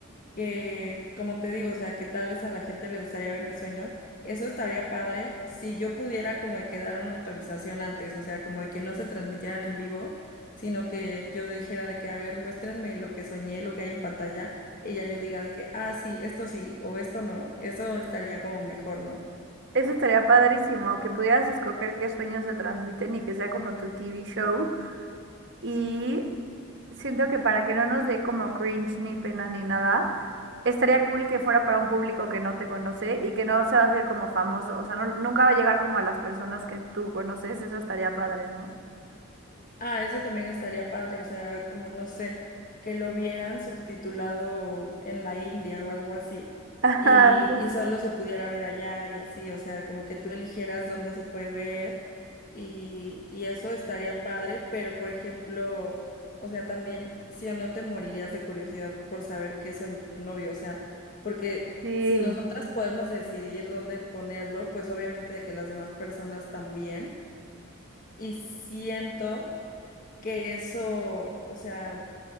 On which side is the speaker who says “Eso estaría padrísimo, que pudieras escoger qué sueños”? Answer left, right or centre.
Right